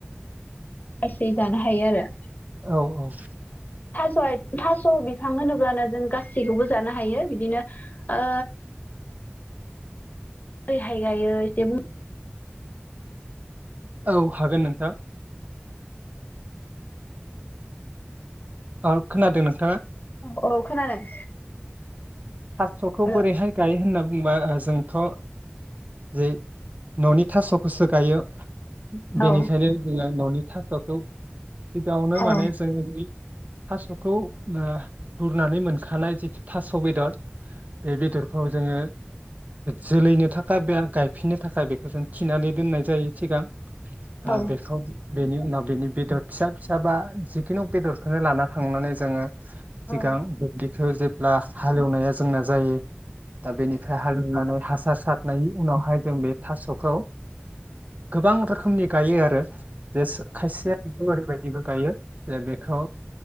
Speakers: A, on the left (about 45°); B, on the right (about 40°).
A: सै जानो हायो आरो।
B: औ औ
A: थास' आय थास' बिफां होनोब्लानो जों गासैखौबो जानो हायो बिदिनो ओ ओयहाय गायो एसे बुं
B: औ हागोन नोंथां अ खोनादों नोंथाङा
A: औ खोनादों
B: थास'खौ
A: हेलौ
B: बोरैहाय गायो होनना बुंबा जोंथ' जै न'नि थास'खौसो गायो बेनिखायनो
A: औ
B: जोङो न'नि थास'खौ सिगाङावनो
A: औ
B: माने जों बै थास'खौ ओ बुरनानै मोनखानाय जिखि थास' बेदर बे बेदरखौ जोङो जोलैनो थाखाय बा गायफिननो थाखाय बेखौ जों थिनानै दोननाय जायो सिगां
A: औ
B: आ बेखौ बेनि उनाव बेनि बेदर फिसा-फिसा बा जिखुनु बेदरखौनो लाना थांनानै जोङो सिगां
A: औ
B: बेखौ जोब ब्ला हालेवनाया जोंना जायो दा बेनिफ्राय हालेवनानै हासार सारनायनि उनावहाय जों बे थास'खौ गोबां रोखोमनि गायो आरो जे खायसेया बेखौ ओरैबायदिबो गायो जे बेखौ